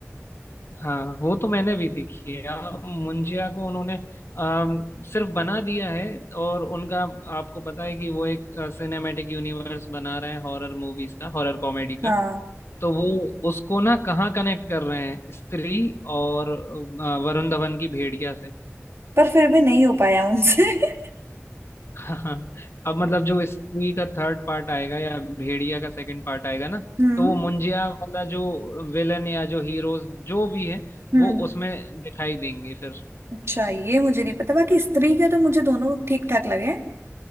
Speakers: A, on the left; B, on the right.
A: हाँ वो तो मैंने भी देखी है अब मुंजिया को उन्होंने अम, सिर्फ बना दिया है और उनका आपको पता है कि वो एक सिनेमैटिक यूनिवर्स बना रहे हैं हॉरर मूवीज का हॉरर कॉमेडी
B: हाँ
A: का तो वो उसको ना कहाँ कनेक्ट कर रहे हैं स्त्री और अ, वरुण धवन की भेड़िया से
B: पर फिर भी नहीं हो पाया उनसे <laughs>
A: हाँ अब मतलब जो स्त्री का थर्ड पार्ट आएगा या भेड़िया का सेकंड पार्ट आएगा ना
B: हम्म
A: तो वो मुंजिया वाला जो विलन या जो हीरोज जो भी है
B: हम्म
A: वो उसमें दिखाई देंगे फिर
B: अच्छा ये मुझे नहीं पता बाकी स्त्री के तो मुझे दोनों ठीक ठाक लगे